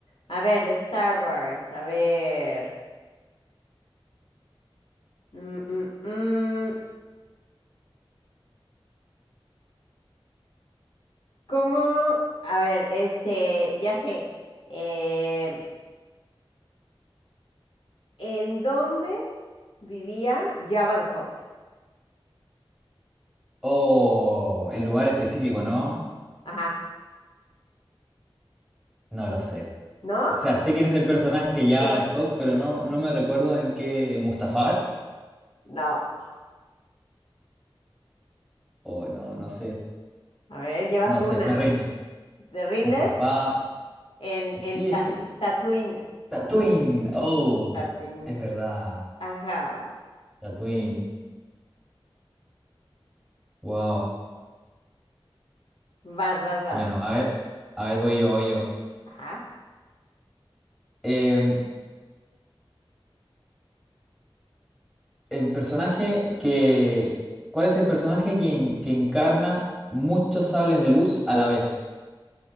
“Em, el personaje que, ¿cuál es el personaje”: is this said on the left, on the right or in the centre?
Centre